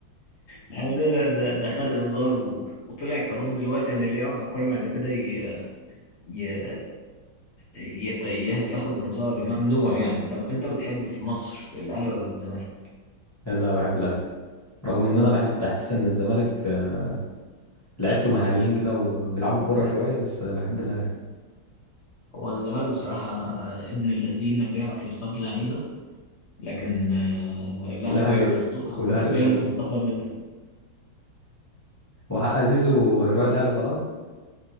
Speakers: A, on the left; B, on the left.
A: يعني ده ده ده, ده خد انذار و... وطلع قانون دلوقتي ان اللي يقف على الكوره بعد كده ي... ي... يت... ي- ياخد انذار ممنوع يعني طب انت بتحب في مصر الاهلي ولا الزمالك
B: لا بحب الاهلي رغم ان انا بحب بحس ان الزمالك آه، لعيبته مهاريين كده وبيلعبوا كوره شويه بس آه، بحب الاهلي
A: هو الزمالك بصراحه ابن اللذين بيعرف يصطاد لعيبه لكن
B: آه.
A: آه، الاهلي
B: والاهلي
A: بيعرف يخطفها
B: والاهلي
A: <laughs> بيعرف
B: بيستضيف
A: يخطفها منه
B: وحق زيزو هيروح الاهلي خلاص